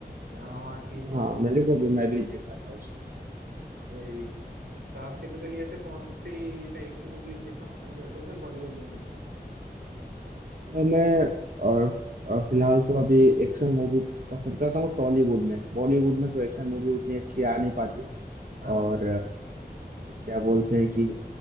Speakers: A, on the right; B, on the right.
A: यहाँ वहाँ की जो
B: हाँ मेरे को भी मैं भी देखा था उसको
A: वही तो आप टिपिकली ऐसे कौन सी टाइप की मूवीज देखना पसंद करते हो फिर बॉलीवुड में भी
B: और मैं और, और फिलहाल तो अभी एक्शन मूवी पसंद करता हूँ टॉलीवुड में बॉलीवुड में तो एक्शन मूवी उतनी अच्छी आ नहीं पाती
A: हाँ
B: और क्या बोलते हैं कि